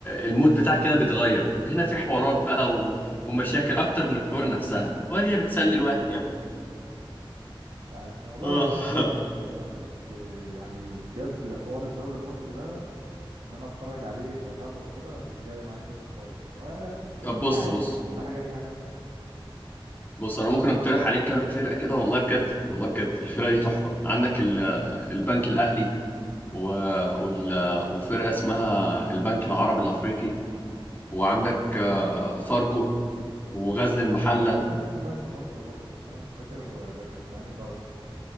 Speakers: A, on the left; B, on the right.
A: المود بتاعك كده بيتغير هنا في حوارات بقى و... ومشاكل اكتر من الكورة نفسها وهي بتسلي الواحد يعني
B: عارف والله
A: اه
B: هي
A: <laughs>
B: اراء يا ابني والله بس يعني بجد حوار الدوري المصري ده ان انا اتفرج عليه واتابعه كده مش جاي معايا سكه خالص آه، بس
A: طب
B: بس
A: بص
B: عادي
A: بص
B: يعني كل حاجه ليها ناسها يعني
A: بص انا ممكن اقترح عليك كام فرقة كده والله بجد والله بجد الفرقة دي تحفة عندك ال... البنك الاهلي و... وال... وفرقة اسمها البنك العربي الافريقي وعندك آه، فاركو وغزل
B: هو
A: المحلة
B: تقريبا كان في بنك مصر برضه بس انا مش فاكر ده كان في انهي درجه